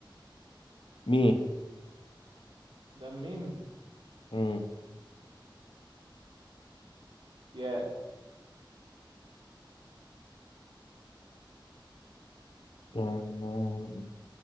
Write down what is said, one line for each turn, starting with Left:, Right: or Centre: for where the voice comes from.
Left: مي
Right: ده ميم
Left: مم.
Right: يا
Left: لام